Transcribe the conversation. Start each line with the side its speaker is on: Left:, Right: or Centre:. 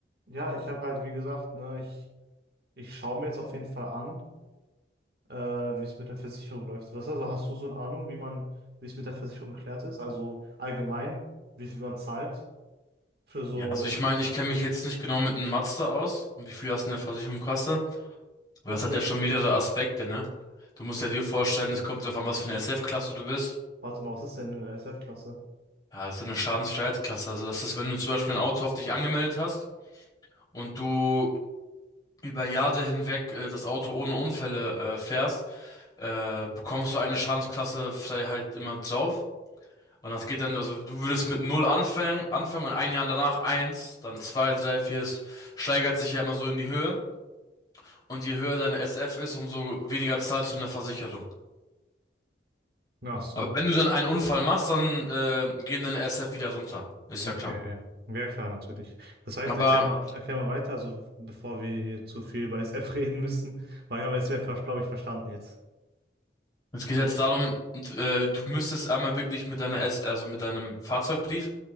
Right: ja, ich habe halt, wie gesagt, ne, ich, ich schaue mir jetzt auf jeden Fall an. äh, wie es mit der Versicherung läuft. Was, also hast du so eine Ahnung, wie man, wie es mit der Versicherung geklärt ist? Also allgemein, wie viel man zahlt für so,
Left: Ja, also ich meine, ich kenne mich jetzt nicht genau mit einem Mazda aus, wie viel das in der Versicherung kostet, aber
Right: okay,
Left: das hat ja schon mehrere Aspekte, ne? Du musst ja dir vorstellen, es kommt darauf an, was für eine SF-Klasse du bist.
Right: warte mal, was ist denn eine SF-Klasse?
Left: Ja, das ist eine Schadensfreiheitsklasse. Also das ist, wenn du zum Beispiel ein Auto auf dich angemeldet hast und du über Jahre hinweg äh, das Auto ohne Unfälle äh, fährst, äh, bekommst du eine Schadensklasse Freiheit immer drauf. Und das geht dann, also du würdest mit null anfangen, anfangen und ein Jahr danach eins, dann zwei, drei, vier. Es steigert sich ja immer so in die Höhe. Und je höher deine SF ist, umso weniger zahlst du in der Versicherung.
Right: Ach so,
Left: Aber wenn du dann einen Unfall machst, dann äh, gehen deine SF wieder runter. Ist
Right: okay.
Left: ja klar.
Right: Ja, klar, natürlich. Das heißt,
Left: Aber
Right: erklär mal, erklär mal weiter, also bevor wir hier zu viel über SF <laughs> reden müssen, weil ich habe SF, glaube ich, verstanden jetzt,
Left: Es geht
Right: oder?
Left: jetzt darum, äh, du müsstest einmal wirklich mit deiner S, also mit deinem Fahrzeugbrief,